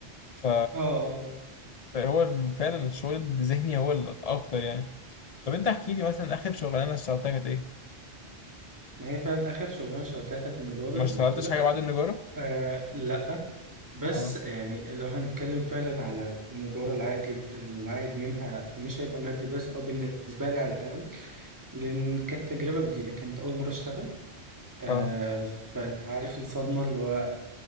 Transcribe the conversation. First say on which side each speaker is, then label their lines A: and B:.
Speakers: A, on the left; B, on the right.
A: ف
B: اه اه
A: فهو ال- فعلا الشغل الذهني هو الاكتر يعني طب انت احكي لي مثلا اخر شغلانه اشتغلتها كانت ايه
B: ما هي فعلا اخر شغلانة اشتغلتها كانت نجارة
A: ما
B: زي
A: اشتغلتش
B: ما قلت لك
A: حاجه بعد النجاره
B: آه لا بس
A: اه
B: يعني لو هنتكلم فعلا على النجارة العائد العائد منها مش هيبقى مادي بس أو بالنسبة لي على الأقل لأن كانت تجربة جديدة كانت أول مرة أشتغل آه
A: اه
B: فأنت عارف الصدمة اللي هو